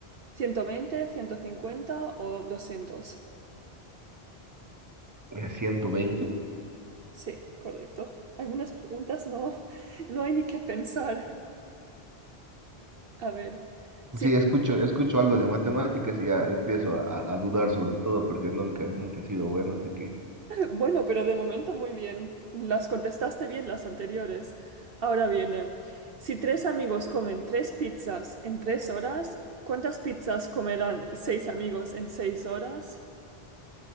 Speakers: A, on the right; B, on the right.
A: ciento veinte, ciento cincuenta o 200.
B: Eh, ciento veinte
A: Sí, correcto. Algunas preguntas no, no hay ni que pensar. A ver, si
B: Sí, escucho, escucho algo de matemáticas y ya empiezo a, a dudar sobre todo porque nunca, nunca he sido bueno, así que
A: Bueno, pero de momento muy bien. Las contestaste bien las anteriores. Ahora viene, si tres amigos comen tres pizzas en tres horas, ¿cuántas pizzas comerán seis amigos en seis horas?